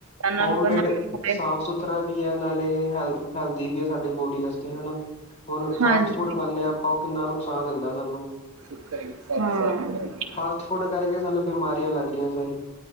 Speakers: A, on the right; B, on the left.
A: ਨਾਲ
B: ਹੋਮ
A: ਬਣਾ
B: ਮੇਡ
A: ਹੋਵੇ
B: ਸਾਫ਼ ਸੁਥਰਾ ਖਰਾ ਵੀ ਹੈ, ਨਾਲੇ ਹੈਲਦੀ ਵੀ ਹੈ, ਸਾਡੇ ਬੋਡੀ ਵਾਸਤੇ ਹਨਾ, ਹੁਣ
A: ਹਾਂਜੀ
B: ਫਾਸਟ ਫੂਡ ਆਪਾਂ ਉਹ ਕਿੰਨਾ ਨੁਕਸਾਨ ਦਿੰਦਾ ਸਾਨੂੰ।
A: ਹਾਂ।
B: ਫਾਸਟ ਫੂਡ ਕਰਕੇ ਸਾਨੂੰ ਬਿਮਾਰੀਆਂ ਲੱਗ ਰਹੀਆਂ ਸਾਰੀ।